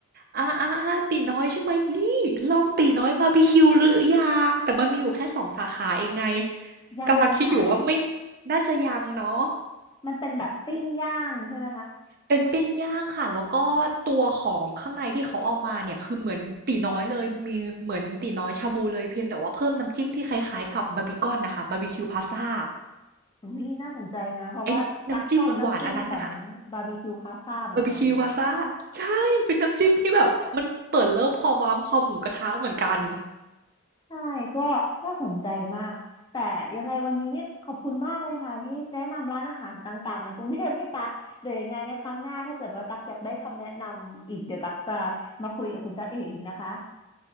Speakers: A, on the right (about 45°); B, on the left (about 20°).
A: อาๆๆตีน้อยใช่ไหมนี่ลองตีน้อยบาร์บีคิวหรือยังแต่มันมีอยู่แค่สองสาขาเองไง
B: <laughs> อุ๊ยยังเลยค่ะ
A: กำลังคิดอยู่ว่าไม่น่าจะยังเนาะ
B: มันเป็นแบบปิ้งย่างใช่ไหมคะ
A: เป็นปิ้งย่างค่ะแล้วก็ตัวของข้างในที่เขาเอามาเนี่ยคือเหมือนตีน้อยเลยมีเหมือนตีน้อยชาบูเลยเพียงแต่ว่าเพิ่มน้ำจิ้มที่คล้ายๆกับบาร์บีคอนนะค่ะบาร์บีคิวพาซ่า
B: อุ้ยน่าสนใจนะเพราะว่าตักชอบน้ำจิ้มของบาร์บีคิวคาซ่าเหมือนกัน
A: ไอ้น้ำจิ้มหวานๆอันนั้นอ่ะบาร์บีคิวพาซ่าใช่เป็นน้ำจิ้มที่แบบมันเปิดเลิฟความว้ามความหมูกระทะเหมือนกัน
B: ใช่ก็น่าสนใจมากแต่ยังไงวันนี้เนี่ยขอบคุณมากเลยค่ะที่แนะนำร้านอาหารต่างๆในกรุงเทพให้ตักเดี๋ยวยังไงในครั้งหน้าถ้าเกิดว่าตักอยากได้คำแนะนำอีกเดี๋ยวตักจะมาคุยกับคุณจ๊ะเออีกนะคะ